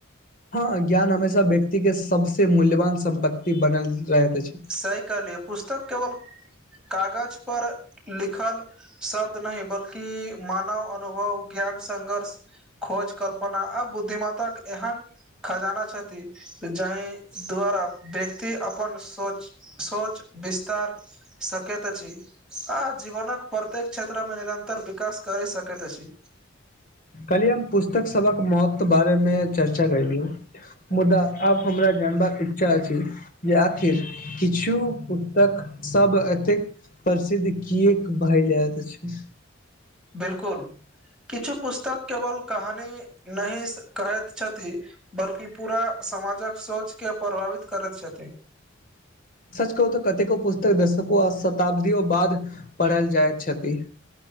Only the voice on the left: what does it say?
हँ ज्ञान हमेशा व्यक्ति के सबसे मूल्यवान सम्पत्ति बनल रहैत अछि
कली हम पुस्तक सबक महत्व बारे मे चर्चा करली ह मुदा आब हमरा जानबाक इच्छा अछि जे आखिर किछु पुस्तक सब एतेक प्रसिद्ध किएक भए जाइत छै
सच कहू तऽ कतेको पुस्तक दशको आ शताब्दियो बाद पढ़ल जाइत छथि